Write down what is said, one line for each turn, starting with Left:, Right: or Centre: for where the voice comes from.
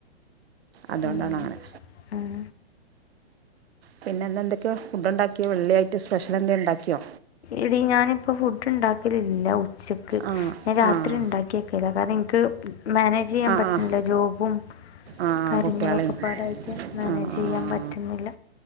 Right: അതുകൊണ്ടാണങ്ങനെ
Left: ഉം, ഉം.
Right: പിന്നെ എന്താ എന്തോക്കെയോ ഫുഡ് ഉണ്ടാക്കിയവെള്ളിആയിട്ട് സ്പെഷ്യൽ എന്തേ ഉണ്ടാക്കിയോ
Left: എടി ഞാനിപ്പ ഫുഡ് ഉണ്ടാക്കലില്ല ഉച്ചക്ക്
Right: ആഹ്
Left: ഞാൻ രാത്രി
Right: ആഹ്
Left: ഇണ്ടാക്കിക്കല കാരൻക്ക് മാനേജ് ചെയ്യാൻ
Right: ആഹ്
Left: പറ്റണില്ല
Right: ആഹ്
Left: ജോബും
Right: ആഹ്
Left: കാര്യങ്ങളൊക്കെ
Right: കുട്ടികളെയും
Left: പാടായിട്ട് മാനേജ്
Right: ആഹ്
Left: ചെയ്യാൻ പറ്റുന്നില്ല